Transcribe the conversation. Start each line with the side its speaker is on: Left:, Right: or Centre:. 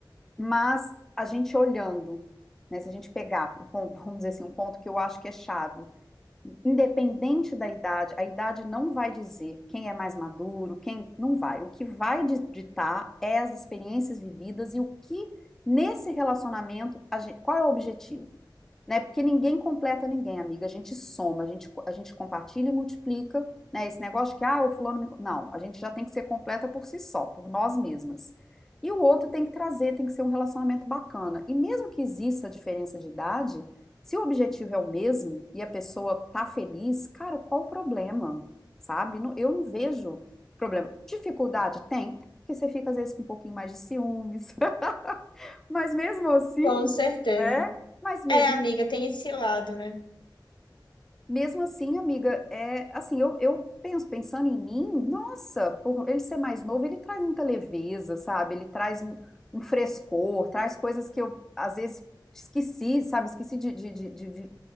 Centre: Mas a gente olhando, né, se a gente pegar o ponto, <laughs> vamos dizer assim, um ponto que eu acho que é chave, independente da idade, a idade não vai dizer quem é mais maduro, quem não vai. O que vai ditar é as experiências vividas e o que nesse relacionamento, a gente- qual é o objetivo? Né? Porque ninguém completa ninguém, amiga. A gente soma, a gente, a gente compartilha e multiplica, né? Esse negócio de que, ah, o fulano me... Não, a gente já tem que ser completa por si só, por nós mesmas. E o outro tem que trazer, tem que ser um relacionamento bacana. E mesmo que exista a diferença de idade, se o objetivo é o mesmo e a pessoa tá feliz, cara, qual o problema? Sabe? Não- Eu não vejo problema. Dificuldade tem, porque você fica às vezes com um pouquinho mais de ciúmes, <laughs> mas mesmo assim,
Left: Com certeza.
Centre: né? Mas mesmo,
Left: É, amiga, tem esse lado, né?
Centre: mesmo assim, amiga, é assim, eu, eu penso, pensando em mim, nossa, por ele ser mais novo, ele traz muita leveza, sabe? Ele traz um, um frescor, traz coisas que eu às vezes esqueci, sabe? Esqueci de de, de, de